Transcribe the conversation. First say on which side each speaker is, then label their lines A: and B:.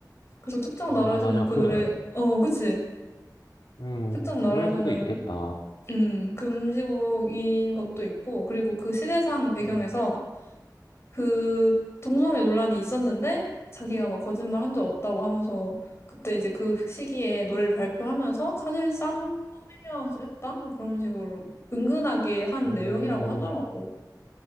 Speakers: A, on the left; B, on the left.
A: 그래서 특정
B: 아,
A: 나라에서는
B: 맞아.
A: 그
B: 그런,
A: 노래, 어, 그치.
B: 음,
A: 특정 나라에서는,
B: 그럴 수도 있겠다.
A: 음, 금지곡인 것도 있고, 그리고 그 시대상 배경에서
B: 음.
A: 그 동성애 논란이 있었는데 자기가 막 거짓말 한 적 없다고 하면서 그때 이제 그 시기에 노래를 발표하면서 사실상 컴밍아웃을 했다? 뭐 그런 식으로 은근하게 한
B: 음,
A: 내용이라고 하더라고.